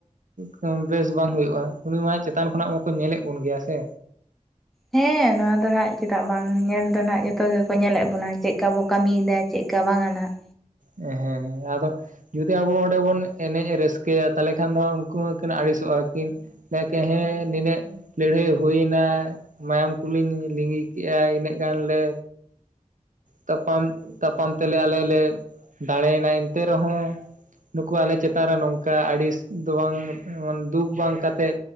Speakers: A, on the right; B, in the centre.
A: ᱦᱟᱸᱜ ᱫᱚ ᱵᱮᱥ ᱵᱟᱝ ᱦᱩᱭᱩᱜᱼᱟ ᱩᱱᱤ ᱢᱟ ᱪᱮᱛᱟᱱ ᱠᱷᱚᱱᱟᱜ ᱢᱟᱠᱚ ᱧᱮᱞᱮᱫ ᱵᱚᱱ ᱜᱮᱭᱟ ᱥᱮ᱾
B: ᱦᱮᱸ ᱱᱚᱣᱟ ᱫᱚ ᱦᱟᱸᱜ ᱪᱮᱫᱟᱜ ᱵᱟᱝ ᱧᱮᱞ ᱫᱚᱱ ᱦᱟᱸᱜ ᱡᱚᱛᱚ ᱜᱮᱠᱚ ᱧᱮᱞᱮᱫ ᱵᱚᱱᱟ ᱪᱮᱫᱠᱟ ᱵᱚ ᱠᱟᱹᱢᱤᱭᱫᱟ ᱪᱮᱫ ᱪᱟᱵᱟᱝᱟ ᱱᱟᱦᱟᱜ᱾
A: ᱦᱮᱸ ᱦᱮᱸ, ᱟᱫᱚ ᱡᱩᱫᱤ ᱟᱵᱚ ᱚᱸᱰᱮ ᱵᱚᱱ ᱮᱱᱮᱡ ᱨᱟᱹᱥᱠᱟᱹᱭᱟ ᱛᱟᱦᱚᱞᱮ ᱠᱷᱟᱱ ᱫᱚ ᱦᱟᱸᱜ ᱩᱱᱠᱩ ᱦᱚᱸᱠᱤᱱ ᱟᱹᱲᱤᱥᱚᱜᱼᱟ ᱠᱤᱱ᱾ ᱞᱮᱠᱚ ᱦᱮᱸ ᱱᱤᱱᱟᱹᱜ ᱞᱟᱹᱲᱦᱟᱹᱭ ᱦᱩᱭᱱᱟ, ᱢᱟᱭᱟᱢ ᱠᱚᱞᱤᱧ ᱞᱤᱸᱜᱤ ᱠᱮᱫᱮᱜᱼᱟ, ᱤᱱᱟᱹᱜ ᱜᱟᱱᱞᱮ ᱛᱟᱯᱟᱢ, ᱛᱟᱯᱟᱢ ᱛᱮᱞᱮ ᱟᱞᱮ ᱞᱮ ᱫᱟᱲᱮᱭᱮᱱᱟ ᱮᱱᱛᱮ ᱨᱮᱦᱚᱸ ᱱᱩᱠᱩ ᱟᱞᱮ ᱪᱮᱛᱟᱱ ᱨᱮ ᱱᱚᱝᱠᱟ ᱟᱹᱰᱤᱥ ᱫᱚ ᱵᱟᱝ ᱫᱩᱠ ᱵᱟᱝ ᱠᱟᱛᱮᱜ